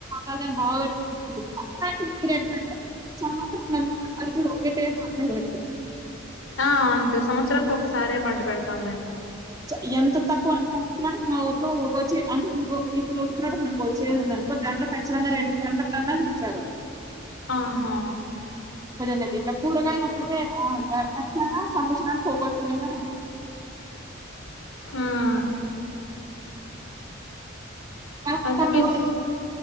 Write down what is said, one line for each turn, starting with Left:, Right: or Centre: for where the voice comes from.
Right: కదా <unintelligible> సమ అట పెతారు
Left: ఆ అంతే సంవత్సరాంనికి ఒకసారే పంట పెడతాం మేము
Right: చ ఎంత తక్కువ అ మా ఊర్లో పోగొచ్చి అనినుకో ఇప్పుడుస్తాడు అనుకోచ్చ అనుకో దానికి ఖచ్చితంగా రెండు కొంటలన్నా ఇచారు
Left: ఆహా
Right: ది ఇట్లా కూరగాప్పయితే ఆ సంవచిన ఫకనా
Left: ఉమ్
Right: అలు
Left: అయితే
Right: బో
Left: మిస్